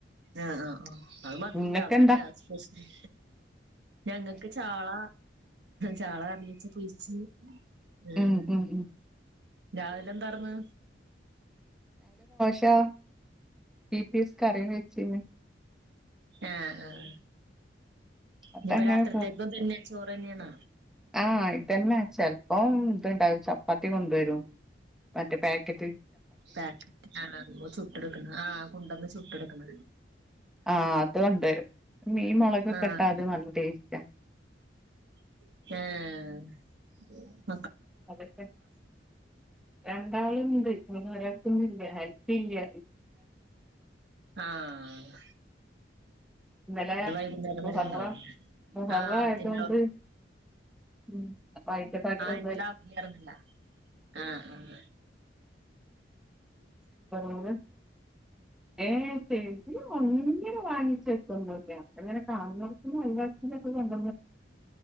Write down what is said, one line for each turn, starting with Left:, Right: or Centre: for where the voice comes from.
Right: ആഹ് ആഹ് അത് മതില്ലൊ
Centre: നിങ്ങക്കെന്താ
Right: അതല്ല സ്പെഷ്യൽ ഞങ്ങക്ക് ചാള ചാള കറിവെച്ച് പൊരിച്ച് ആഹ്
Centre: ഉം ഉം ഉ
Right: രാവിലെ എന്താറന്ന്
Centre: ബ പിഎസ് കറ വെച്ചത്
Right: ആഹ ആഹ
Centre: അതങ്ങനെ
Right: ഇനിപ്പൊ രാത്രിത്തേക്കും തന്നെ ചോറ്ന്നെയണ
Centre: ആഹ ഇതന്നെ ചെിലപ്പം ഇത്ണ്ട ചപ്പാത്തി കൊണ്ടുവരും മറ്റേ പാക്കെറ്റ്
Right: പറ്റ് ആ ചുട്ട എടുക്ക ആഹ് കൊണ്ടുവന്ന് ചുട്ട് എടുക്കണ
Centre: ആഹ അതുകൊണ്ട് മീൻ മുളക്
Right: ആഹ്
Centre: കെട്ടാതെ നല്ല ടേസ്റ്റാ
Right: ആഹ
Centre: അതൊക്കെ രണ്ടാളുണ്ട് ഇ ഒരാക്കൊന്നില്ല പില്ല
Right: ആഹ്
Centre: ഇന്നലെ
Right: അത് വൈകുന്നേരം
Centre: മൊഹററ
Right: വരെ ഉണ്ടാവും
Centre: മുഹററ
Right: ആഹ്
Centre: ആയതുകൊണ്ട്
Right: ത്തിന്റെ
Centre: ഉം അപ്പൊ അയിന്റെ പകരം
Right: ആഹ
Centre: എന്താ
Right: ഇന്നല വറന്നില്ല ആഹ് ആഹ
Centre: ബ ശ ഇ ഒന്നിനെ വാങ്ങിച്ചെത്തണ്ടല്ലെ അപ്പ അങ്ങനെ കാണർക്കുന്ന വത്തിനൊക്കെ കൊണ്ട